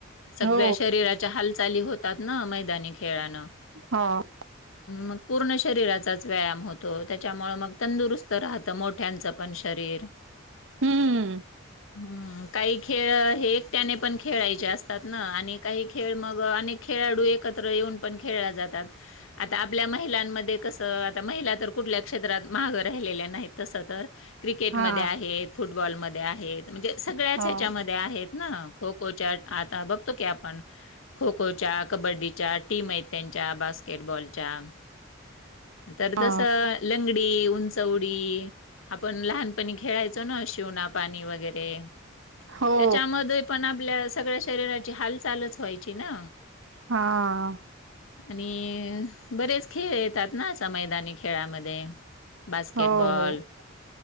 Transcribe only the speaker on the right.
हो
हो..
हम्म
हा
हो
हा
हो
हा..
हो हो